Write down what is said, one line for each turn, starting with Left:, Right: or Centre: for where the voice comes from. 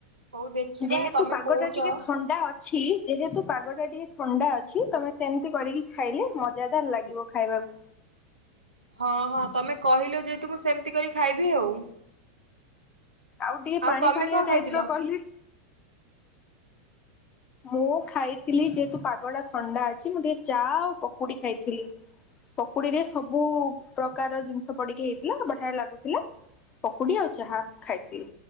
Right: ହଉ ଦେଖିବା
Left: ଯେହେତୁ
Right: ତମେ
Left: ପାଗ
Right: କହୁଚ
Left: ଟା ଟିକେ ଥଣ୍ଡା ଅଛି ଯେହେତୁ ପାଗଟା ଟିକେ ଥଣ୍ଡା ଅଛି ତମେ ସେମିତି କରିକି ଖାଇଲେ ମଜାଦାର ଲାଗିବ ଖାଇବାକୁ।
Right: ହଁ ହଁ ତମେ କହିଲ ଯେହେତୁ ମୁଁ ସେମିତି କରି ଖାଇବି ଆଉ।
Left: ଆଉ ଟିକେ ପାଣି
Right: ତମେ
Left: ଫାଣିଆ
Right: କଣ ଖାଇଥିଲ?
Left: ଟାଇପର କହିଲି ମୁଁ ଖାଇଥିଲି ଯେହେତୁ ପାଗଟା ଥଣ୍ଡା ଅଛି ମୁଁ ଟିକେ ଚା ଆଉ ପକୁଡି ଖାଇଥିଲି। ପକୁଡିରେ ସବୁ ପ୍ରକାର ଜିନିଷ ପଡିକି ହେଇଥିଲା ବଢିଆ ଲାଗୁଥିଲା। ପକୁଡି ଆଉ ଚାହା ଖାଇଥିଲି,